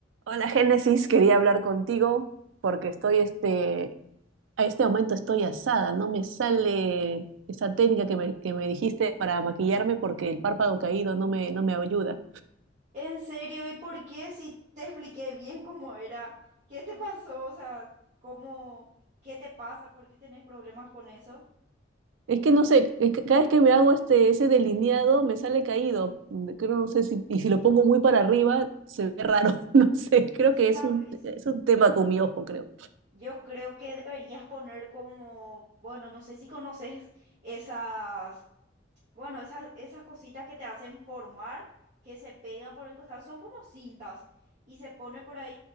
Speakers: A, on the right; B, on the right.
A: Hola Génesis, quería hablar contigo porque estoy este, a este momento estoy asada, no me sale esa técnica que me, que me dijiste para maquillarme porque el párpado caído no me, no me ayuda.
B: ¿En serio? ¿Y por qué? Si te expliqué bien cómo era, ¿qué te pasó? O sea, ¿cómo, qué te pasa? ¿Por qué tenés problemas con eso?
A: Es que no sé, es que cada vez que me hago este, ese delineado me sale caído. Mm, Creo, no sé si, y si lo pongo muy para arriba se ve raro, <laughs> no sé, creo
B: ¿Sabes?
A: que es un, es un tema con mi ojo, creo.
B: Yo creo que deberías poner como, bueno, no sé si conoces esas, bueno, esas, esas cositas que te hacen formar, que se pegan por el costado, son como cintas y se pone por ahí.